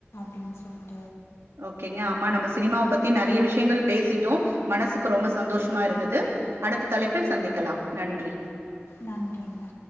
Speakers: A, on the left (about 80°); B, on the right (about 75°).
A: அப்டின் சொல்லி
B: ஓகேங்க ஆமா நம்ம சினிமாவை பத்தி நிறைய விஷயங்கள் பேசிட்டோம் மனசுக்கு ரொம்ப சந்தோஷமா இருந்துது அடுத்த தலைப்பில் சந்திக்கலாம் நன்றி
A: நன்றிங்க